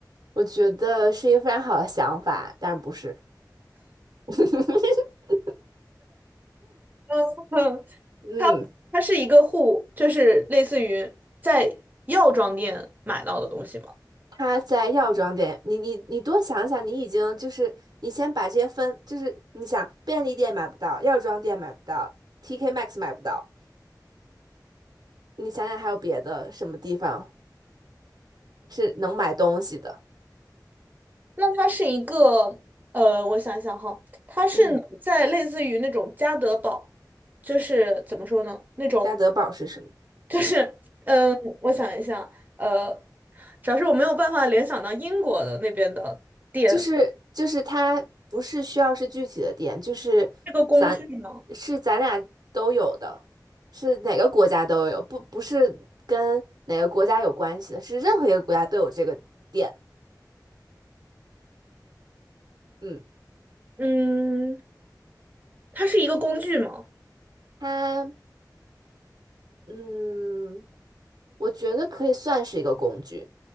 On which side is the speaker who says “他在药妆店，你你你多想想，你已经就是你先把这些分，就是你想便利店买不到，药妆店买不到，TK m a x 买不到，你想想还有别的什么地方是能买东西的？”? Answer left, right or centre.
Right